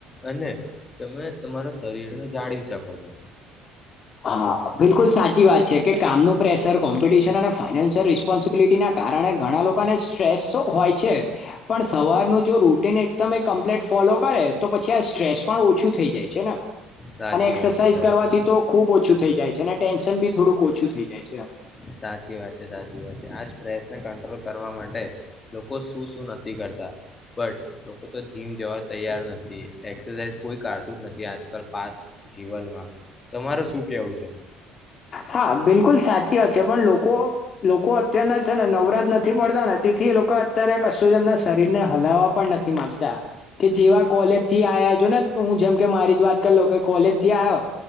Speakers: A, on the left (about 20°); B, on the left (about 35°).
A: અને તમે તમારા શરીરને જાળવી શકો છો
B: હા બિલકુલ સાચી વા <unintelligible> છે કે કામ નનું પ્રેેશર કોમ્પિટિશન અને ફાનાન્શયલ સ્સ્પોન્સબિટીના કારણે ઘણા લોકોને સ્ટ્રેસ હોય છે. પણ સવારનું જો રૂટન એકદમ કમ્પ્લીટ ફોલો કરે તો પછી આ સ્ટ્રેસ પણ ઓછું થઈ જાય છે ને
A: સાચી
B: અને એક્સરસાઇઝ
A: વાત છે સાચી
B: કરવાથી તો ખુબ ઓછું થઇ જ જાય છે અને ટેન્શન બી થોડું ઓછું થઈ જાય છે.
A: સાચી વાત છે સાચી વાત છે આ સ્ટ્રેસ ને કંટ્રોલ કરવા માટે લોકો શું શું નથી કરતા બટ લોકો તો જીમ જવા તૈયાર નથી એક્સરસાઇઝ કોઈ કરતું જ નથી આજકાલ પા જીવનમાં તમાર શું કેવું છે.
B: હા બિલકુલ સાચી વાત છે પણ લોકો લોકો લોકો અત્યારના છે ને નવરાત નથી પડતા ને થી લોકો અત્યારે કશુ શરીર ને હલાવા પણ નથી માંગતા કે જેવા કોલેજ થી આવ્યા છો ને હું જેમ કે મારી જ વાત કરીલો કે કોલેજ થી આવ્યો